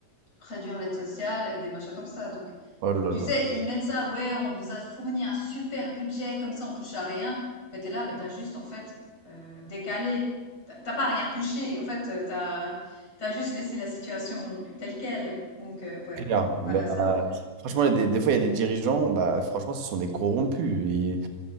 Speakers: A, on the left; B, on the right.
A: réduire l'aide sociale, des machins comme ça. Donc
B: Oh là
A: tu
B: là.
A: sais, ils mettent ça, ouais, on vous a fourni un super budget, comme ça on touche à rien. Mais t'es là, mais t'as juste en fait euh, décalé. T'as t'as pas rien touché. En fait, euh, t'as t'as juste laissé la situation telle quelle. Donc euh, ouais,
B: Clair.
A: voilà,
B: Ben,
A: c'est
B: euh,
A: un peu,
B: franchement, il y a des, des fois, il y a des dirigeants, bah, franchement, ce sont des corrompus. Ils,